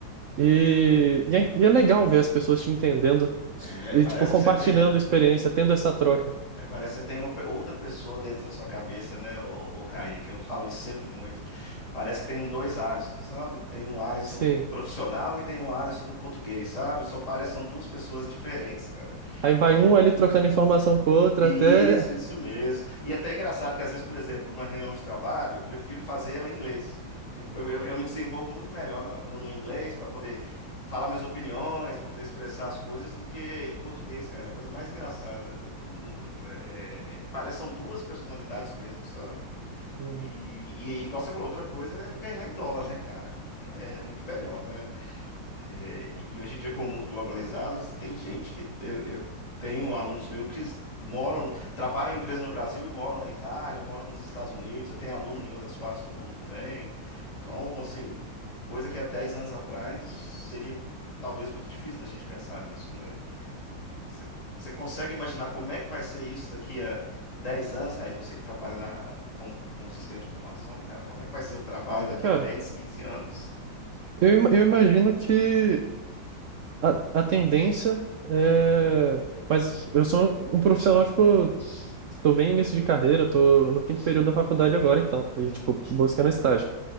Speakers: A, on the right; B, on the left.
A: e, e é, e é legal ver as pessoas te entendendo
B: É,
A: e
B: parece
A: tipo compartilhando
B: que você tem,
A: experiência, tendo essa troca.
B: é, parece que você tem uma pe- outra pessoa dentro da sua cabeça, né, ô, ô Kaique? Eu falo isso sempre muito. Parece que tem um dois Alisson, sabe? Tem um Alisson
A: Sim.
B: profissional e tem um Alisson do português, sabe? São, parecem duas pessoas diferentes, cara.
A: Aí vai
B: É,
A: um ali trocando informação com o outro
B: Isso,
A: até
B: isso mesmo. E até é engraçado que às vezes, por exemplo, uma reunião de trabalho, eu prefiro fazer ela em inglês. Porque eu, eu- eu me desenvolvo muito melhor na- no, no inglês para poder falar minhas opiniões, para poder expressar as coisas, do que em português, cara. É a coisa mais engraçada do mundo. É, é, é- parece que são duas personalidades mesmo, sabe?
A: Uhum.
B: E, e, igual você falou, outra coisa é ganhar em dólar, né, cara? <laughs> É muito melhor, né? É, e hoje em dia, com o mundo globalizado, tem gente que eu, eu tenho alunos meus que moram, trabalham em empresa no Brasil e moram na Itália, moram nos Estados Unidos. Eu tenho aluno em outras partes do mundo também. Então, assim, coisa que há 10 anos atrás seria talvez muito difícil da gente pensar nisso, né? Você você consegue imaginar como é que vai ser isso daqui a 10 anos, cara? Que eu sei que trabalha na, com, com o sistema de informação, cara. Como é que vai ser o trabalho daqui
A: Cara,
B: a dez quinze anos?
A: eu, im- eu imagino que A, a tendência é. Mas eu sou um profissional, tipo, estou bem início de carreira, estou no quinto período da faculdade agora, então, e,
B: Uhum,
A: tipo, buscando estágio.